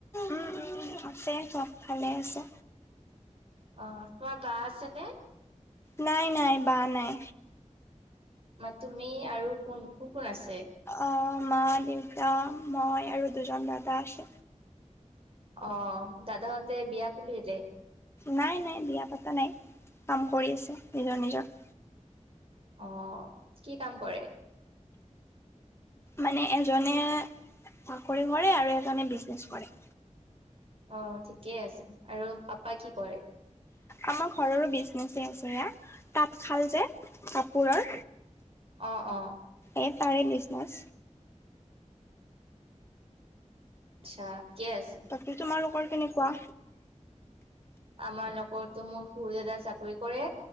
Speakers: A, on the left (about 20°); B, on the right (about 50°).
A: উ উ আছে চব ভালে আছে।
B: অ তি বা আছে নে?
A: নাই নাই বা নাই।
B: মা তুমি আৰু কোন কোন কোন আছে।
A: আহ মা দেউতা মই আৰু দুজন দাদা আছে।
B: অ দাদাহতে বিয়া কোনটো দিলে?
A: নাই নাই বিয়া পতা নাই, কাম কৰি আছে নিজৰ নিজৰ।
B: অ কি কাম কৰে?
A: মানে এজনে চাকৰি কৰে আৰু এজনে বিজনেছ কৰে।
B: অ ঠিকেই আছে আৰু পাপা কি কৰে?
A: আমাৰ ঘৰৰো বিজনেচ আছে এয়া তাঁত খাল যে কাপোৰৰ।
B: অ অ।
A: এ তাৰে বিজনেছ।
B: আচ্ছা কে আছে।
A: সে তোমালোকৰ কেনেকুৱা।
B: আমাৰ লগৰতো মোৰ সুৰ দাদা চাকৰি কৰে